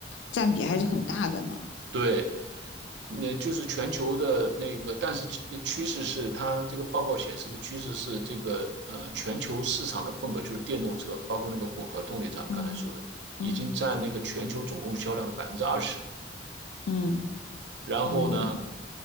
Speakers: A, on the left; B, on the right.
A: 占比还是很大的呢。
B: 对，那就是全球的那个，但是趋趋势是它这个报告显示的趋势是这个呃全球市场的份额就是电动车，包括那个混合动力，咱们刚才说的，
A: 嗯
B: 已经占那个全球总共销量的百分之二十了。
A: 嗯嗯
B: 然后呢，
A: 嗯